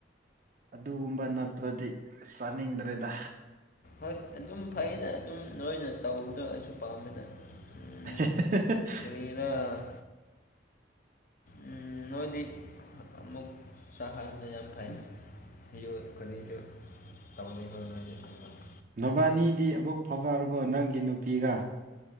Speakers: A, on the right (about 45°); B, on the left (about 45°).
A: ꯑꯗꯨꯒꯨꯝꯕ ꯅꯠꯇ꯭ꯔꯗꯤ ꯆꯥꯅꯤꯡꯗ꯭ꯔꯦꯗ
B: ꯍꯣꯏ ꯑꯗꯨꯝ ꯐꯩꯅ ꯑꯗꯨꯝ ꯅꯣꯏꯅ ꯇꯧꯕꯗꯣ ꯑꯩꯁꯨ ꯄꯥꯝꯃꯤꯅ ꯎꯝ
A: <unintelligible>
B: ꯀꯔꯤꯔ ꯑꯝ ꯅꯣꯏꯗꯤ ꯑꯃꯨꯛꯇ ꯍꯥꯏꯕꯗ ꯌꯥꯝ ꯐꯩꯩ ꯑꯩ ꯀꯔꯤꯁꯨ ꯇꯃꯗ ꯑꯣꯏ <unintelligible>
A: ꯅꯕꯥꯅꯤꯗꯤ ꯑꯃꯨꯛ ꯐꯥꯎꯅꯔꯕꯣ ꯅꯪꯒꯤ ꯅꯨꯄꯤꯒ